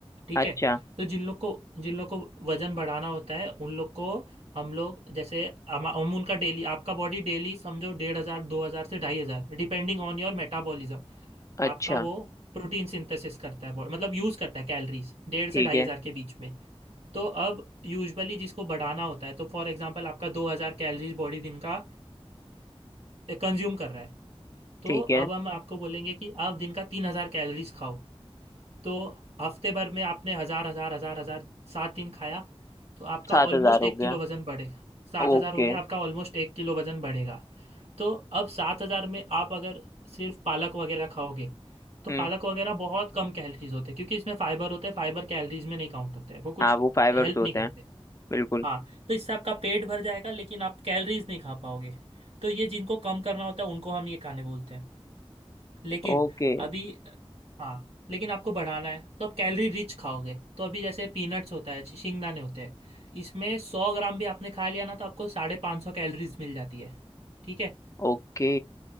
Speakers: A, on the right (about 80°); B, on the left (about 30°).
A: ठीक
B: अच्छा
A: है तो जिन लोग को जिन लोग को वजन बढ़ाना होता है उन लोग को हम लोग जैसे हम हम उनका डेली आपका बॉडी डेली समझो डेढ़ हज़ार दो हज़ार से ढाई हज़ार डिपेंडिंग ऑन योर मेटाबॉलिज्म
B: अच्छा
A: आपका वो प्रोटीन सिंथेसिस करता है बॉडी मतलब यूज़ करता है कैलोरीज डेढ़ से
B: ठीक
A: ढाई
B: है
A: हज़ार के बीच में तो अब यूजुअली जिसको बढ़ाना होता है तो फॉर एग्जांपल आपका दो हज़ार कैलोरीज बॉडी दिन का कंज्यूम कर रहा है तो
B: ठीक है
A: अब हम आपको बोलेंगे कि आप दिन का तीन हज़ार कैलोरीज खाओ तो हफ्ते भर में आपने हजार हजार हजार हजार सात दिन खाया तो आपका
B: सात
A: ऑलमोस्ट
B: हजार
A: एक
B: हो गया
A: किलो वजन बढ़ेगा सात
B: ओके
A: हजार हो गया आपका ऑलमोस्ट एक किलो वजन बढ़ेगा तो अब सात हजार में आप अगर सिर्फ पालक वगैरह खाओगे तो
B: हम्म
A: पालक वगैरह बहुत कम कैलोरीज होते हैं क्योंकि इसमें फाइबर होते हैं फाइबर कैलोरीज में नहीं काउंट होते हैं वो
B: हाँ
A: कुछ
B: वो फाइबर्स
A: हेल्प
B: होते
A: नहीं करते
B: हैं बिल्कुल
A: हाँ तो इससे आपका पेट भर जाएगा लेकिन आप कैलोरीज नहीं खा पाओगे तो ये जिनको कम करना होता है उनको हम ये खाने बोलते हैं लेकिन
B: ओके
A: अभी हाँ लेकिन आपको बढ़ाना है तो आप कैलोरी रिच खाओगे तो अभी जैसे पीनट्स होता है शिंगदाने होते हैं इसमें सौ ग्राम भी आपने खा लिया ना तो आपको साढ़े पाँच सौ कैलोरीज मिल जाती है ठीक है
B: ओके